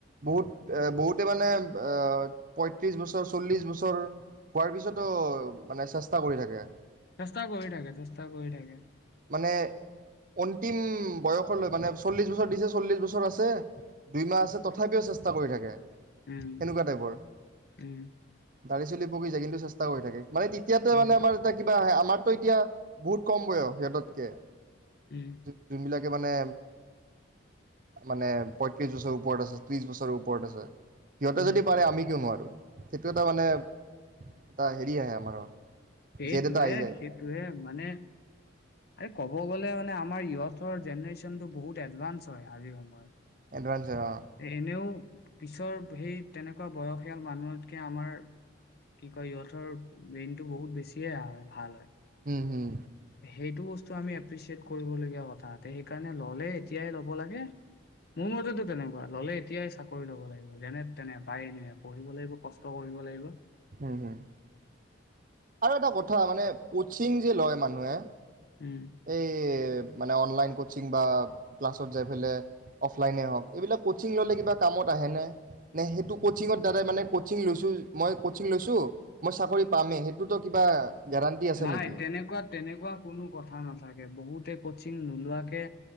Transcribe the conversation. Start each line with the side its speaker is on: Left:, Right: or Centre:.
Right: বহুত। এ বহুতে মানে আহ পয়ত্ৰিশ বছৰ চল্লিশ বছৰ হোৱাৰ পিছতো মানে চেষ্টা কৰি থাকে
Left: চেষ্টা কৰি থাকে, চেষ্টা কৰি থাকে।
Right: মানে অন্তিম বয়সলৈ মানে চল্লিশ বছৰ দিছে চল্লিশ বছৰ আছে দুইমাহ আছে তথাপিও চেষ্টা কৰি থাকে।
Left: উম।
Right: সেনেকুৱা টাইপৰ
Left: উম।
Right: দাৰি চলি পকি যায় কিন্তু চেষ্টা কৰি থাকে। মানে তেতিয়াতে
Left: উম
Right: মানে আমাৰ এটা কিবা আহে আমাৰ টো এতিয়া বহুত কম বয়স। সিহঁততকে। যোন-যোনবিলাক
Left: উম
Right: মানে মানে পয়ত্ৰিশ বছৰ ওপৰত আছে, ত্ৰিশ বছৰৰ ওপৰত আছে। সিহঁতে
Left: উম
Right: যদি পাৰে আমি কিয় নোৱাৰো? সেইটো এটা মানে এটা হেৰি আহে আমাৰ
Left: সেইটোৱেই,
Right: জেদ এটা আহি যায়
Left: সেইটোৱেই মানে। আৰে ক'ব গ'লে, মানে আমাৰ য়থৰ জেনেৰেশ্যন টো বহুত এডভানঞ্চ হয়, আজিৰ সময়ত।
Right: এডভানঞ্চৰ হয়, অ'।
Left: এ- এনেও পিছৰ সেই তেনেকুৱা বয়সীয়াল মানুহতকে আমাৰ কি কয় ইহতৰ ব্ৰেইনতটো বহুত বেছিয়ে ভাল হয়।
Right: উম, হম।
Left: সেইটো বস্তু আমি এপ্ৰিচিয়েট কৰিবলগীয়া কথা সেইকাৰণে ল'লে এতিয়াই ল'ব লাগে মোৰ মতেতো তেনেকুৱা ল'লে এতিয়াই চাকৰি ল'ব লাগিব যেনে তেনে পায়নে পঢ়িব লাগিব কষ্ট কৰিব লাগিব।
Right: হম, হম। আৰু এটা কথা মানে কচিং লয় মানুহে
Left: উম।
Right: এই মানে অনলাইন কোচিং বা ক্লাছত যায় পেলাই অফলাইনে হওঁক এইবিলাক ক'চিং ল'লে কিবা কামত আহেনে নে? নে সেইটো ক'চিংঙৰ দ্বাৰাই মানে ক'চিং লৈছোঁ মই ক'চিং লৈছোঁ মই চাকৰি পামেই সেইটোতো কিবা গেৰাণ্টি আছে
Left: নাই
Right: নেকি?
Left: তেনেকুৱা-তেনেকুৱা কোনো কথা নথ থা, বহুতে কচিং নোলোৱাকে